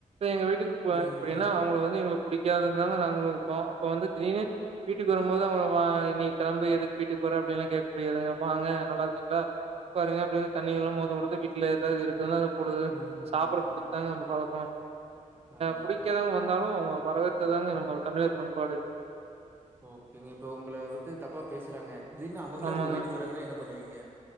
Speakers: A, on the right; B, on the right.
A: எங்க வீட்டுக்கு போ
B: ம்.
A: எப்டினா அவுங்க வந்து எங்களுக்கு புடிக் காது இப்டிதாங்க நாங்களும் இருப்போம் அப்போ வந்து திடீர்னு வீட்டுக்கு வரும்போது அவுங்க நீ கெளம்பு எதுக்கு வீட்டுக்கு வர அப்டிலாம் கேட்க முடியாதுங்க வாங்க நல்லா இருக்கீங்களா உட்காருங்க அப்டின்னு தண்ணில்லாம் மோந்து கொடுத்து வீட்ல ஏதாவது இருக்கு போடுது
B: ம்.
A: சாப்ட
B: ம்.
A: குடுத்தாங்க பழக்கம்
B: நல்லது.
A: புடிக்காதவுங்க வந்தாலும் வரவேற் நம்மளோட தமிழர் பண்பாடு
B: ஓகேங்க இப்ப உங்கள பத்தி தப்பா பேசுறாங்க திடீர்னு அவுங்களே
A: ஆமாங்க
B: உங்க வீட்டுக்கு வராங்கனா என்ன பண்ணுவீங்க